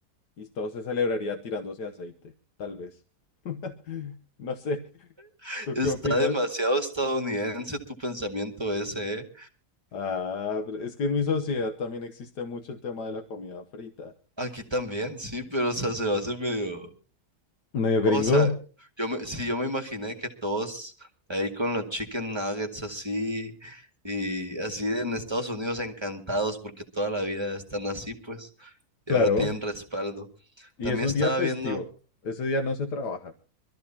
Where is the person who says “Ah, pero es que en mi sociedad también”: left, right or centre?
Left